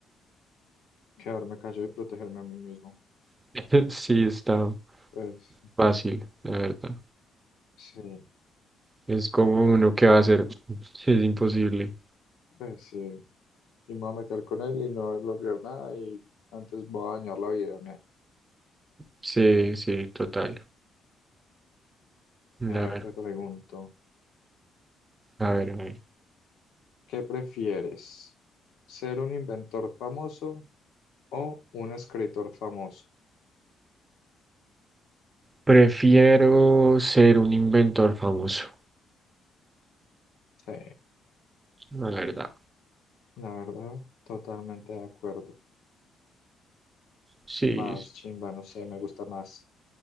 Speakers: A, on the left; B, on the right.
A: quedarme callado y protegerme a mí mismo.
B: <laughs> Sí, está
A: Pues
B: fácil, la verdad.
A: sí,
B: Es como uno que va a hacer. <laughs> Es imposible.
A: pues sí. Y me voy a meter con él y no voy a lograr nada y antes voy a dañar la vida. mira.
B: Sí, sí, total.
A: A
B: La
A: ver,
B: ver-
A: te pregunto,
B: a ver, a ver.
A: ¿qué prefieres? ¿Ser un inventor famoso o un escritor famoso?
B: Prefiero ser un inventor famoso,
A: Sí,
B: la verdad.
A: la verdad, totalmente de acuerdo.
B: Sí,
A: Más chimba, no sé, me gusta más.